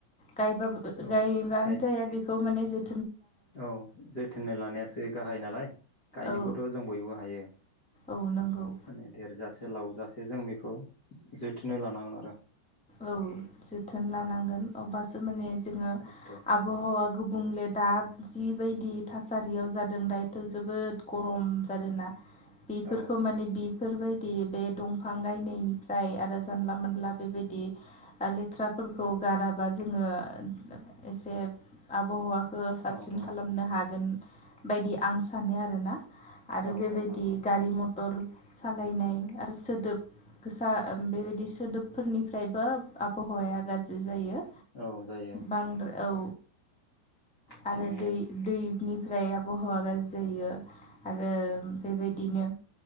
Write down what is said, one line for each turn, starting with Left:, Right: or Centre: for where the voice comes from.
Centre: गायबा
Left: औ
Centre: गायबानो
Left: गाय
Centre: जाया बेखौ माने ज
Left: औ जोथोनै लानायासो गाहाइ नालाय गायनायखौथ'
Centre: औ
Left: जों बयबो हायो।
Centre: औ नंगौ
Left: माने देरजासे लावजासे जों बेखौ। जोथोनाय लानांगोन आरो।
Centre: औ जोथोन लानांगोन अब्लासो माने
Left: उम
Centre: जोङो
Left: दायथ'
Centre: आबहावा गु बुंले दा जिबायदि थासारियाव जादों दायोथ' जोबोद गरम जादों ना।
Left: औ
Centre: बेफोरखौ माने बि बेफोरबायदि बे दंफां गायनायनिफ्राय आरो जानला मोनला बेबायदि लेथ्राफोरखौ गाराबा जोङो एसे आबहावा खो साबसिन
Left: औ औ
Centre: खालामनो हागोन बायदि आं सानो आरोना। आरो
Left: औ
Centre: बेबायदि
Left: औ नंगौ
Centre: गारि मथर सालायनाय आरो सोदोब गोसा बेबायदि सोदोबफोरनि फ्रायबो आबहावाया गाज्रि जायो
Left: औ जायो
Centre: बांद्राय औ।
Left: बिदिनो
Centre: आरो दै दै। निफ्राय आबहावा गाज्रि जायो आरो बेबायदिनो